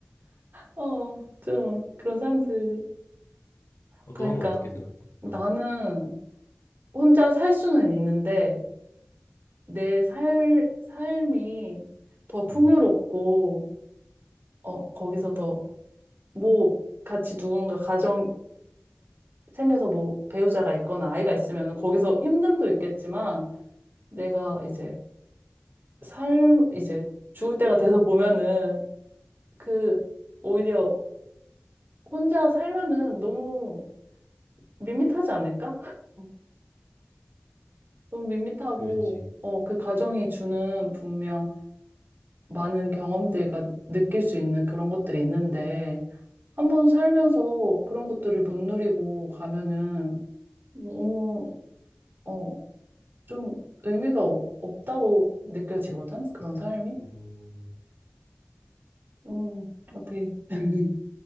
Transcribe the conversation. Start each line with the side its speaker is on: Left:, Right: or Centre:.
Right: 어, 좀 그런 사람들이.
Left: 어,
Right: 그러니까
Left: 너는 어떻게 생각해?
Right: 나는
Left: 어,
Right: 혼자 살 수는 있는데 내 살, 삶이 더 풍요롭고
Left: 음,
Right: 어, 거기서 더, 뭐, 같이 누군가 가정이 생겨서 뭐, 배우자가 있거나 아이가 있으면은 거기서 힘듦도 있겠지만, 내가 이제 삶, 이제 죽을 때가 돼서 보면은, 그, 오히려 혼자 살면은 너무 밋밋하지 않을까? <laughs> 너무 밋밋하고,
Left: 그렇지.
Right: 어, 그 가정이 주는 분명 많은 경험들과 느낄 수 있는 그런 것들이 있는데, 한번 살면서 그런 것들을 못 누리고 가면은 너무, 어, 좀 의미가 어- 없다고 느껴지거든? 그런 삶이?
Left: 음,
Right: 음, 어떻게, <laughs>